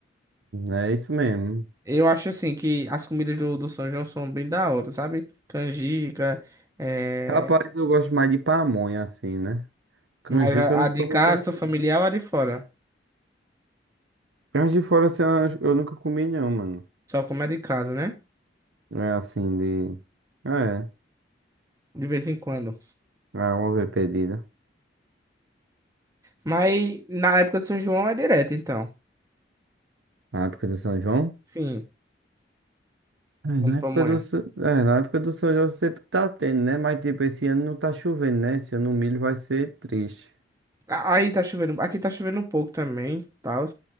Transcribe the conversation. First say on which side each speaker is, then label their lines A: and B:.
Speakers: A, on the right; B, on the right.
A: é isso mesmo.
B: Eu acho assim que as comidas do, do São João são bem da hora, sabe? Canjica, é...
A: Rapaz, eu gosto mais de pamonha, assim, né? Canjica
B: mas a,
A: eu não
B: a de
A: sou
B: casa,
A: muito... fã.
B: familiar ou a de fora?
A: Canjica fora, assim, eu acho- eu nunca comi, não, mano.
B: Só como a de casa, né?
A: É assim, de... É,
B: De vez em quando.
A: é uma vez pedido.
B: Mas na época do São João é direto, então.
A: Na época do São João?
B: Sim,
A: É, na
B: quando pamonha.
A: época do, Sa- é, na época do São João sempre tá tendo, né? Mas tipo, esse ano não tá chovendo, né? Esse ano o milho vai ser triste.
B: A- Aí tá chovendo. Aqui tá chovendo um pouco também, tal.